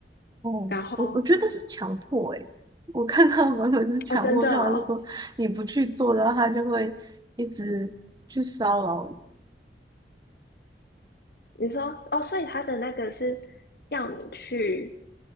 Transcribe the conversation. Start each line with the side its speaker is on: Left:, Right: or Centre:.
Right: 哦，
Left: 然后
Right: 我我觉得是强迫诶、我看他蛮多人是强迫，
Left: 哦，真的哦，
Right: 就好像如果你不去做的话，他就会一直去骚扰你。
Left: 你说哦，所以他的那个是要你去